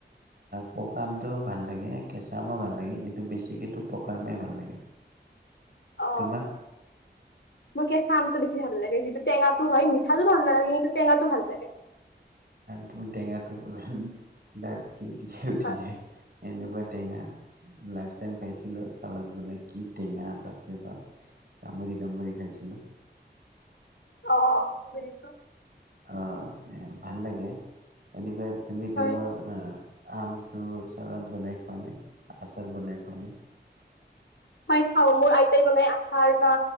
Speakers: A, on the right; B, on the left.
A: পকা আমটো ভাল লাগে। কেঁচা আমো ভাল লাগে, কিন্তু বেছিকেটো পকা আমেই ভাল লাগে।
B: অ
A: তোমাক
B: মোৰ কেঁচা আমটো বেছি ভাল লাগে। যিটো টেঙাটো হয় মিঠাটো ভাল নালাগে। কিন্তু টেঙাটো ভাল লাগে।
A: তুমি টেঙাটো গলাহান দাত কিৰ কিৰাই উঠি
B: হয়
A: যায়। এনেকুৱা টেঙা, লাষ্ট টাইম খাইছিলো চালাদ বনাই। কি টেঙা বাপ বাপৰে বাপ, কামুৰি কামুৰি খাইছিলো।
B: অ বুজিছোঁ।
A: অ ভাল লাগে। এনেকুৱা তুমি তেনেকুৱা
B: হয়।
A: আমটো চালাদ বনাই খোৱা নে? আচাৰ বনাই খোৱা নে?
B: হয় খাওঁ। মোৰ আইতাই বনাই আচাৰ বা